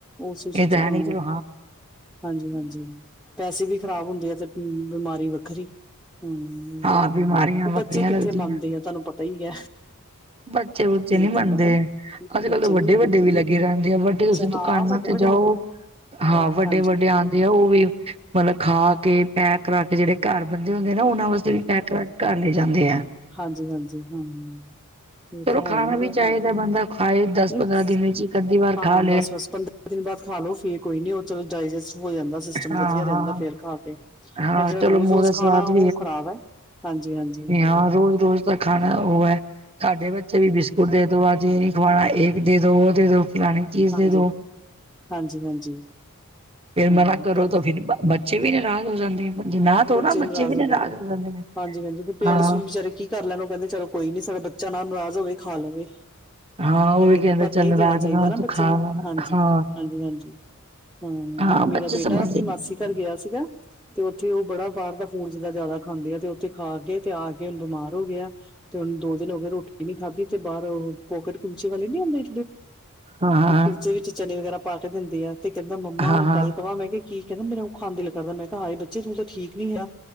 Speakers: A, in the centre; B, on the right.
A: ਉਸੇ
B: ਇਹ ਤਾਂ
A: ਚ ਹਾਂ।
B: ਨੀ ਚਲੋ
A: ਹਾਂਜੀ-ਹਾਂਜੀ ਪੈਸੇ ਵੀ ਖ਼ਰਾਬ ਹੁੰਦੇ ਆ, ਤੇ ਬਿਮਾਰੀ ਵੱਖਰੀ, ਹਮ। ਹਮ,
B: ਹਾਂ ਬਿਮਾਰੀਆਂ ਵੱਖਰੀਆਂ
A: ਬੱਚੇ ਕਿੱਥੇ
B: ਲੱਗਦੀਆਂ
A: ਮੰਨਦੇ ਆ, ਤੁਹਾਨੂੰ ਪਤਾ ਹੀ ਹੈ।
B: ਬੱਚੇ ਬੁੱਚੇ ਨੀ ਮੰਨਦੇ,
A: ਤੁਹਾਨੂੰ ਪਤਾ ਹੀ
B: ਅੱਜ ਕੱਲ
A: ਬੱਚੇ
B: ਤਾਂ ਵੱਡੇ
A: ਨੀ ਮੰਨਦੇ
B: ਵੱਡੇ ਵੀ ਲੱਗੇ <unintelligible> ਰਹਿੰਦੇ ਆ ਵੱਡੇ ਤੁਸੀਂ
A: ਹਾਂ
B: ਦੁਕਾਨਾਂ
A: ਵੱਡੇ
B: ਤੇ
A: ਵੱਡੇ
B: ਜਾਓ,
A: ਲੱਗੇ
B: ਹਾਂ ਵੱਡੇ
A: ਹਾਂਜੀ
B: ਵੱਡੇ ਆਉਂਦੇ ਆ, ਉਹ ਵੀ ਮਤਲਬ ਖਾ ਕੇ, ਪੈਕ ਕਰਾ ਕੇ, ਜਿਹੜੇ ਘਰ ਬੰਦੇ ਹੁੰਦੇ ਆ ਨਾ, ਉਹਨਾਂ ਵਾਸਤੇ ਵੀ, ਪੈਕ ਕਰਾ ਕੇ ਘਰ ਲੈ ਜਾਂਦੇ ਹੈ।
A: ਹਾਂਜੀ-ਹਾਂਜੀ, ਹਮ-ਹਮ। ਇਹ
B: ਚਲੋ
A: ਤਾਂ ਹੈ
B: ਖਾਣਾ
A: ਹੀ
B: ਵੀ
A: ਆ,
B: ਚਾਹੀਦਾ ਬੰਦਾ ਖਾਏ ਦਸ
A: ਨਹੀਂ
B: ਪੰਦਰਾਂ ਦਿਨ ਵਿੱਚ ਇੱਕ ਅੱਧੀ ਵਾਰ
A: ਹਾਂ,
B: ਖਾ ਲਏ
A: ਬਸ-ਬਸ ਦਿਨ ਬਾਅਦ ਖਾ ਲੋ, ਫੇਰ ਕੋਈ ਨੀ, ਉਹ ਚਲੋ, ਡਾਇਜਸਟ ਹੋ ਜਾਂਦਾ, ਸਿਸਟਮ
B: ਹਾਂ
A: ਵਧੀਆ
B: ਹਾਂ
A: ਰਹਿੰਦਾ, ਫੇਰ ਖਾ ਕੇ।
B: ਹਾਂ
A: ਪਰ ਜਿਹੜਾ
B: ਚਲੋ
A: ਰੋਜ਼-ਰੋਜ਼
B: ਮੂੰਹ ਦਾ
A: ਖਾਣਾ,
B: ਸਵਾਦ
A: ਉਹ ਖ਼ਰਾਬ ਹੈ, ਹਾਂਜੀ-ਹਾਂਜੀ।
B: ਹ ਰੋਜ਼-ਰੋਜ਼ ਤਾਂ ਖਾਣਾ ਉਹ ਹੈ, ਸਾਡੇ ਬੱਚੇ ਵੀ ਬਿਸਕੁਟ ਦੇ ਦੋ ਆਜੇ ਖਵਾਣਾ ਇੱਕ ਦੇ ਦੋ, ਦੋ ਦੇਦੋ ਖਿਲਾਣੇ ਚੀਜ਼
A: ਹਾਂਜੀ
B: ਦੇ ਦੋ,
A: ਹਾਂਜੀ ਹਾਂਜੀ
B: ਫੇਰ
A: ਹਮ
B: ਮਨਾ ਕਰੋ,
A: ਕਰ
B: ਤਾਂ ਫੇਰ ਬ ਬੱਚੇ ਵੀ ਨਾਰਾਜ਼ ਹੋ ਜਾਂਦੇ ਆ। ਜੇ ਨਾ ਦੋ
A: ਬੱਚੇ
B: ਨਾ
A: ਨਾਰਾਜ਼
B: ਵੀ
A: ਹੋ ਜਾਂਦੇ,
B: ਨੇ।
A: ਹਾਂਜੀ-ਹਾਂਜੀ, ਫੇਰ ਪੇਰੈਂਟਸ
B: ਹਾਂ,
A: ਵੀ ਵਿਚਾਰੇ ਕੀ ਘਰ ਲਿਆ ਨੂੰ, ਉਹ ਕਹਿੰਦੇ, ਚਲੋ ਕੋਈ ਨੀ, ਸਾਡਾ ਬੱਚਾ ਨਾ ਨਰਾਜ਼ ਹੋਵੇ, ਖਾ ਲਵੇ।
B: ਹਾਂ ਉਹ
A: ਮ
B: ਵੀ
A: ਕਿੱਦਾਂ
B: ਕਹਿੰਦੇ
A: ਪਰ
B: ਚੱਲ
A: ਨਹੀਂ
B: ਨਾਰਾਜ਼
A: ਦੇਣਾ ਚਾਹੀਦਾ
B: ਹੋ
A: ਨਾ
B: ਤੂੰ
A: ਬੱਚੇ
B: ਖਾ
A: ਨੂੰ,
B: ਨਾ,
A: ਹਾਂਜੀ-ਹਾਂਜੀ,
B: ਹਾਂ,
A: ਹਾਂਜੀ। ਹਮ,
B: ਹਾਂ ਬੱਚੇ
A: ਮੇਰਾ ਬੇਟਾ,
B: ਸਮਝਦੇ
A: ਆਪਣੀ
B: ਨੀ।
A: ਮਾਸੀ ਘਰ ਗਿਆ ਸੀਗਾ ਤੇ ਉੱਥੇ ਉਹ ਬੜਾ ਬਾਹਰ ਦਾ ਫੂਡ ਜਿੱਦਾਂ ਜ਼ਿਆਦਾ ਖਾਂਦੇ ਆ, ਤੇ ਉੱਥੇ ਖਾ ਕੇ, ਤੇ ਆ ਕੇ, ਹੂੰਨ ਬਿਮਾਰ ਹੋ ਗਿਆ। ਤੇ ਹੁਣ ਦੋ ਦਿਨ ਹੋ ਗਏ, ਰੋਟੀ ਨੀ ਖਾਦੀ, ਤੇ ਬਾਹਰ ਪੋਕਟ ਕੁਲਚੇ ਵਾਲੇ ਨੀ ਆਉਂਦੇ
B: ਹਾਂ, ਹਾਂ,
A: ਕੁਲਚੇ ਵਿੱਚ ਚਣੇ ਵਗੈਰਾ ਪਾ ਕੇ ਦਿੰਦੀ ਆ, ਤੇ ਕਹਿੰਦਾ, ਮੰਮਾ
B: ਹਾਂ, ਹਾਂ
A: ਗੱਲ ਕਹਾਂ, ਮੈਂ ਕਿ ਕੀ ਕਹਿੰਦਾ, ਮੇਰਾ ਉਹ ਖਾਨ ਦਾ ਦਿਲ ਕਰਦਾ, ਮੈਂ ਕਿਹਾ, ਹਏ ਬੱਚੇ ਤੂੰ ਠੀਕ ਨੀ ਆ,